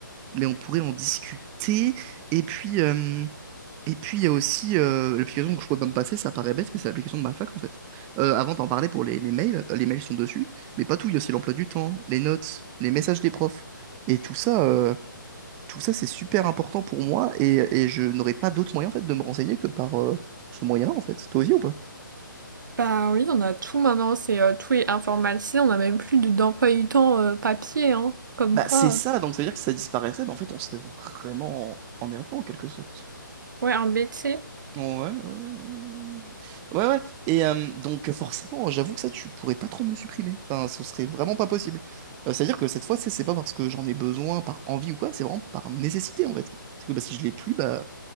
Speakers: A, on the right (about 15°); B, on the right (about 60°).
A: mais on pourrait en discuter, et puis... euh, Et puis il y a aussi euh, l'application que je pourrais pas me passer, ça paraît bête, mais c'est l'application de ma fac en fait. Euh, avant d'en parler pour les, les mails, euh, les mails sont dessus, mais pas tout, il y a aussi l'emploi du temps, les notes, les messages des profs, et tout ça, euh, tout ça, c'est super important pour moi et, et je n'aurais pas d'autre moyen en fait de me renseigner que par euh, ce moyen-là en fait. Toi aussi ou pas?
B: Bah oui, on a tout maintenant, c'est euh, tout est informatisé, on n'a même plus de- d'emploi du temps euh, papier, hein, comme
A: Bah
B: quoi.
A: c'est ça,
B: euh,
A: donc ça veut dire que si ça disparaissait, bah, en fait on serait vraiment emmerdé en quelque sorte.
B: Ouais, un BT,
A: Ouais, ouais, ouais. Ouais, ouais. ouais. Et euh, donc forcément, j'avoue que ça, tu pourrais pas trop me le supprimer. Enfin, ce serait vraiment pas possible. Euh, C'est-à-dire que cette fois, tu sais, c'est pas parce que j'en ai besoin, par envie ou quoi, c'est vraiment par nécessité en fait. C'est que bah, si je l'ai plus, bah